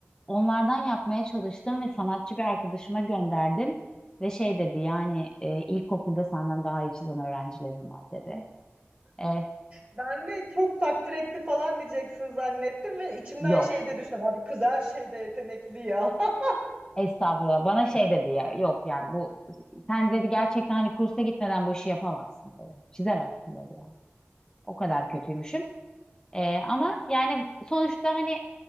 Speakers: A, on the left; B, on the right.
A: onlardan yapmaya çalıştım ve sanatçı bir arkadaşıma gönderdim. Ve şey dedi yani e, ilkokulda senden daha iyi çizen öğrencilerim var dedi. E,
B: Ben de çok takdir etti falan diyeceksin zannettim ve içimden
A: yok.
B: şey de düşündüm. Abi kız her şeyde yetenekli ya. <laughs>
A: Estağfurullah. Bana şey dedi ya yok yani bu sen dedi gerçekten hani kursa gitmeden bu işi yapamazsın dedi. Çizemezsin dedi yani. O kadar kötüymüşüm. E, ama yani sonuçta hani